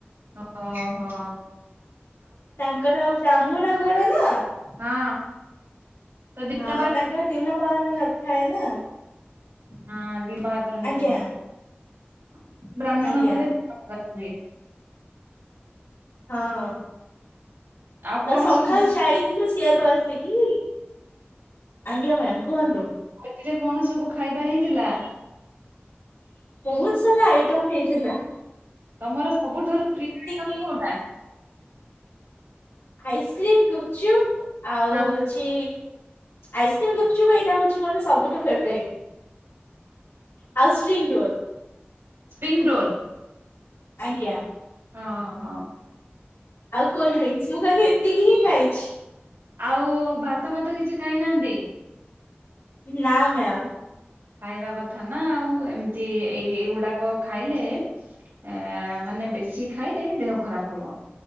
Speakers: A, on the right; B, on the left.
A: ଓ ହୋ।
B: ତାଙ୍କର ବ୍ରାହ୍ମଣ ଘର ନା
A: ହଁ ତ ଦିନ
B: ହଁ
A: ବାହାଘର
B: ତାଙ୍କର ଦିନ ବାହାଘର ନଥାଏ ନା
A: ହଁ ଦିନ ବାହାଘର ହେଇଥିବ
B: ଆଜ୍ଞା।
A: <unintelligible>
B: ଆଜ୍ଞା
A: ବ୍ରାହ୍ମଣ ଘରେ ହୁଏ।
B: ହଁ।
A: ଆଉ କଣ
B: ତ ସକାଳୁ
A: ସବୁ
B: ଯାଇଥିଲୁ ସିଆାଡୁ ଆସି ସେଠି ଆଜ୍ଞା ମ୍ୟାାମ କୁହନ୍ତୁ।
A: ଏଥିରେ କଣ ସବୁ ଖାଇବା ହେଇଥିଲା।
B: ବହୁତ ସାରା ଆଇଟମ ନେଇଥିଲା।
A: ତମର ସବୁଠାରୁ ପ୍ରିୟ ଆଇଟମ
B: କିି
A: କୋଉଟା?
B: ଆଇସ୍କ୍ରିମ୍, ଗୁପଚୁପ ଆଉ
A: ହଁ
B: ହଉଛି ଆଇସ୍କ୍ରିମ୍ ଗୁପଚୁପ ଏଇଟା ହଉଛି ମୋର ସବୁଠୁ ଫେଭୋରାଇଟ। <unintelligible>
A: ସ୍ପ୍ରିଂ ରୋଲ
B: ଆଜ୍ଞା।
A: ହଁ ହଁ।
B: ଆଉ କୋଲଡଡ୍ରିକ୍ସ ମୁଁ କାଲି ଏତିକି ହିଁ ଖାଇଛି।
A: ଆଉ-ଉ-ଉ ଭାତ ଫାତ କିଛି ଖାଇନାହାନ୍ତି?
B: ନା ମ୍ୟାାମ୍।
A: ଖାଇବା କଥା ନା ଆଉ ଏମିତି ଏଇ ଏଇଗୁଡାକ ଖାଇଲେ ଏ-ଏ-ଏ ମାନେ ବେଶୀ ଖାଇଲେ ଦେହ ଖରାପ ହବ।